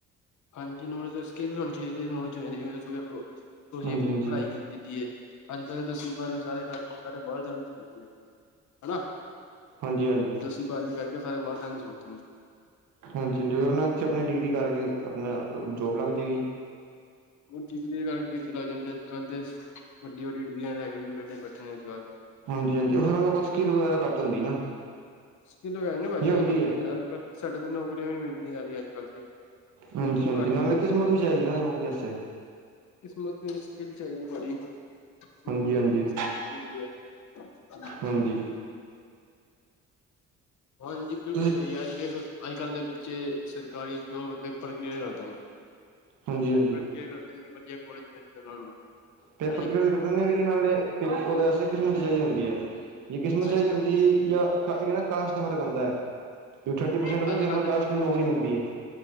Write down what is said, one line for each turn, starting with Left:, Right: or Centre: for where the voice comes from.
Left: ਹਾਂਜੀ ਨਾਲ ਸਕਿੱਲ ਹੋਣੀ ਚਾਹੀਦੀ ਏ ਨਾਲ ਜਿਵੇਂ ਤੁਸੀਂ <unintelligible> ਤੁਸੀਂ
Right: ਹਾਂਜੀ ਹਾਂਜੀ
Left: ਪੜ੍ਹਾਈ ਕੀਤ ਕੀਤੀ ਏ, ਅੱਜ ਕੱਲ੍ਹ ਤਾਂ ਦਸਵੀ -ਬਾਰਵੀਂ ਸਾਰੇ ਕਰ- ਕੁਰਕੇ ਬਾਹਰ ਜਾਣ ਦੀ ਸੋਚਦੇ ਏ। ਹਨਾਂ।
Right: ਹਾਂਜੀ ਹਾਂਜੀ।
Left: ਦਸਵੀਂ, ਬਾਰਵੀਂ ਕਰਕੇ ਸਾਰੇ ਬਾਹਰ ਜਾਣ ਦਾ ਸੋਚਦੇ ਐ।
Right: ਹਾਂਜੀ ਜੋ ਨਾਲ ਇੱਥੇ ਆਪਣੀ ਡਿਗਰੀ ਕਰਕੇ ਆਪਣਾ ਜੋਬ ਲੱਗ ਜਾਏਗੀ।
Left: ਹੁਣ ਡਿਗਰੀ ਕਰਕੇ <unintelligible> ਖਾਂਦੇ ਵੱਡੀ- ਵੱਡੀ ਡਿਗਰੀ ਲੈ ਕੇ ਵੀ ਬੈਠੇ ਨੇ ਅੱਜ ਕੱਲ੍ਹ।
Right: ਹਾਂਜੀ ਹਾਂਜੀ ਉਹ ਫਿਰ ਉਹਨਾਂ ਕੋਲ ਸਕਿੱਲ ਵਗੈਰਾ ਘੱਟ ਹੁੰਦੀ ਨਾ।
Left: ਸਕੀਲ ਵੈਲੂ ਹੈਗੀ
Right: ਨੀ ਹੁੰਦੀ
Left: ਏ
Right: ਹੈ
Left: ਅੱਜ ਕੱਲ ਸਾਡੇ ਤੇ ਨੌਕਰੀਆਂ ਵੀ ਨੀ ਮਿਲਦੀਆ ਸਾਰੀਆ ਅੱਜ ਕੱਲ ਤੇ।
Right: ਹਾਂਜੀ
Left: ਬਿਲਕੁਲ
Right: ਹਾਂਜੀ
Left: ਘੱਟ
Right: ਨਾਲੇ
Left: ਹੋਈਆਂ
Right: ਕਿਸਮਤ
Left: ਪਈਆਂ ਨੌਕਰੀਆਂ
Right: ਵੀ ਚਾਹੀਦੀ ਉਹਨਾਂ ਦੀ ਨੌਕਰੀ ਵਾਸਤੇ।
Left: ਕਿਸਮਤ ਨੂੰ ਸਕਿਲ਼ ਚਾਹੀਦੀ ਏ ਭਾਜੀ। ਸਕੀਲ
Right: ਹਾਂਜੀ
Left: ਬਚਾਰੀ
Right: ਹਾਂਜੀ
Left: ਕਿਸਮਤ ਹੋਣੀ ਚਾਹੀਦੀ ਐ।
Right: ਹਾਂਜੀ
Left: ਹਾਂਜੀ ਬਿਲਕੁਲ
Right: ਤੁਸੀਂ
Left: ਸਹੀ ਅੱਜ ਕੱਲ ਉਹ ਅੱਜ ਕੱਲ੍ਹ ਦੇ ਬੱਚੇ ਸਰਕਾਰੀ ਜੋਬ ਪੇਪਰ ਕਲੀਅਰ ਕਰਦੇ ਨੇ,
Right: ਹਾਂਜੀ
Left: ਪੇਪਰ
Right: ਹਾਂਜੀ
Left: ਕਲੀਅਰ ਕਰ ਏਨੇ ਵਧੀਆ ਕਾਲਜ ਮਿਲ ਜਾਂਦਾ ਉਹਨਾ ਨੂੰ।
Right: ਪੇਪਰ
Left: ਹੈ ਜੀ
Right: ਕਲੀਅਰ ਕਰ ਦਿੰਦੇ ਵੀ ਨਾਲ ਓਦੇ ਵਾਸਤੇ ਕਿਸਮਤ ਚਾਹੀਦੀ ਹੁੰਦੀ ਐ। ਜੇ ਕਿਸਮਤ ਚਾਹੀਦੀ
Left: ਅੱਜ
Right: ਹੁੰਦੀ ਯਾ ਕਾ ਇਹਦੇ ਨਾਲ ਕਾਸ਼ਟ ਦਾ ਫਰਕ ਹੁੰਦਾ। ਥਰਟੀ ਪਰਸੈਂਟ
Left: ਕੱਲ
Right: ਜਨਰਲ
Left: ਦੇ
Right: ਕਾਸਟ ਨੂੰ ਨੌਕਰੀ ਮਿਲਦੀ ਐ।